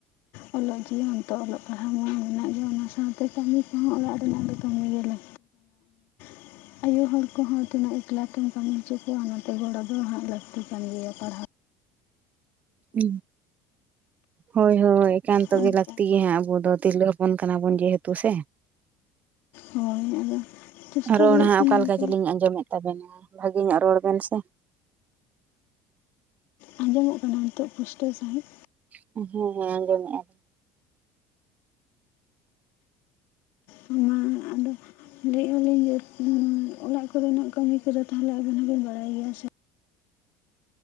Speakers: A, on the left; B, on the right.
A: ᱟᱫᱚ ᱤᱭᱟᱹ ᱚᱞᱚᱜ ᱡᱤᱭᱚᱱ ᱛᱚ ᱚᱞᱚᱜ ᱯᱟᱲᱦᱟᱣ ᱢᱟ ᱢᱮᱱᱟᱜ ᱜᱮᱭᱟ ᱚᱱᱟ ᱥᱟᱶᱛᱮ ᱠᱟᱹᱢᱤ ᱠᱚᱦᱚᱸ ᱚᱲᱟᱜ ᱨᱮᱱᱟᱜ ᱫᱚ ᱠᱟᱹᱢᱤ ᱜᱮᱞᱟ <unintelligible> ᱟᱭᱳ ᱦᱚᱲ ᱠᱚᱦᱚᱸ ᱛᱤᱱᱟᱹᱜ ᱮᱠᱞᱟ ᱛᱮᱢ ᱠᱟᱹᱢᱤ ᱦᱚᱪᱚ ᱠᱚᱣᱟ ᱚᱱᱟᱛᱮ ᱜᱚᱲᱚ ᱫᱚ ᱦᱟᱸᱜ ᱞᱟᱹᱠᱛᱤ ᱠᱟᱱ ᱜᱮᱭᱟ ᱯᱟᱲᱦᱟᱜ
B: ᱦᱩ ᱦᱳᱭ ᱦᱳᱭ ᱮᱠᱟᱱᱛᱚ
A: ᱦᱚᱸ
B: ᱜᱮ
A: ᱚᱱᱠᱟ
B: ᱞᱟᱹᱠᱛᱤ ᱜᱮᱭᱟ ᱦᱟᱸᱜ ᱟᱵᱚ ᱫᱚ ᱛᱤᱨᱞᱟᱹ ᱯᱚᱱ ᱠᱟᱱᱟ ᱵᱚᱱ ᱡᱮᱦᱮᱛᱩ ᱥᱮ
A: ᱦᱳᱭ ᱟᱫᱚ ᱪᱮᱥᱴᱟ
B: ᱨᱚᱲ
A: ᱦᱩᱭᱩᱜ
B: ᱦᱟᱸᱜ
A: ᱠᱟᱱᱟ
B: ᱚᱠᱟᱞᱮᱠᱟ
A: ᱚᱱᱠᱟ
B: ᱪᱚᱞᱤᱧ ᱟᱸᱡᱚᱢᱮᱫ ᱛᱟᱵᱮᱱᱟ ᱵᱷᱟᱹᱜᱮ ᱧᱚᱜ ᱨᱚᱲ ᱵᱮᱱ ᱥᱮ
A: ᱟᱸᱡᱚᱢᱚᱜ ᱠᱟᱱᱟ ᱱᱤᱛᱚᱜ ᱯᱩᱥᱴᱟᱹᱣ ᱥᱟᱹᱦᱤᱡ?
B: ᱦᱮᱸ ᱦᱮᱸ ᱟᱸᱡᱚᱢᱮᱜᱟ
A: ᱦᱩ ᱟᱫᱚ ᱞᱟᱹᱭᱮᱫᱼᱟ ᱞᱤᱧ ᱡᱮ ᱚᱲᱟᱜ ᱠᱚᱨᱮᱱᱟᱜ ᱠᱟᱹᱢᱤ ᱠᱚᱫᱚ ᱛᱟᱦᱚᱞᱮ ᱟᱵᱮᱱ ᱦᱚᱸᱵᱮᱱ ᱵᱟᱲᱟᱭ ᱜᱮᱭᱟ ᱥᱮ